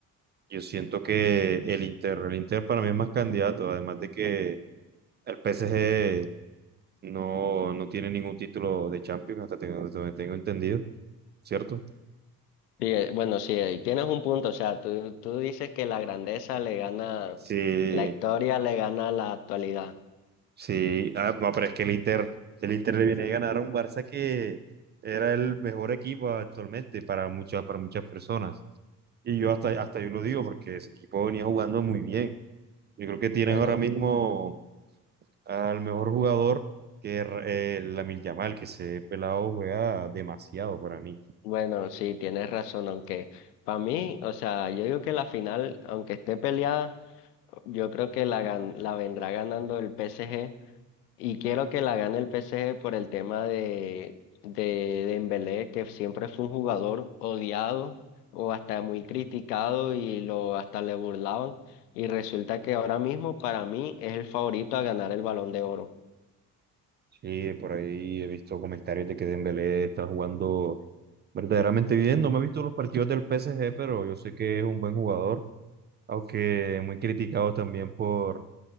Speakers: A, on the right; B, on the left.
A: yo siento que el Inter, el Inter para mí es más candidato, además de que el PSG no, no tiene ningún título de Champions, hasta tengo- hasta donde tengo entendido, ¿cierto?
B: Sí, eh, bueno, sí, ahí tienes un punto. O sea, tú, tú dices que la grandeza le gana,
A: Sí,
B: la historia le gana la actualidad.
A: sí, ah, no, pero es que el Inter, el Inter le viene a ganar a un Barça que era el mejor equipo actualmente para muchas, para muchas personas. Y yo hasta, hasta yo lo digo porque ese equipo venía jugando muy bien. Yo creo que tienen
B: Bueno,
A: ahora mismo al mejor jugador que es eh, Lamine Yamal, que ese pelado juega demasiado para mí.
B: bueno, sí, tienes razón, aunque para mí, o sea, yo digo que la final, aunque esté peleada, yo creo que la, gan- la vendrá ganando el PSG Y quiero que la gane el PSG por el tema de, de Dembélé, que siempre fue un jugador odiado o hasta muy criticado y lo hasta le burlaban. Y resulta que ahora mismo para mí es el favorito a ganar el Balón de Oro.
A: Sí, por ahí he visto comentarios de que Dembélé está jugando verdaderamente bien. No me he visto los partidos del PSG, pero yo sé que es un buen jugador, aunque muy criticado también por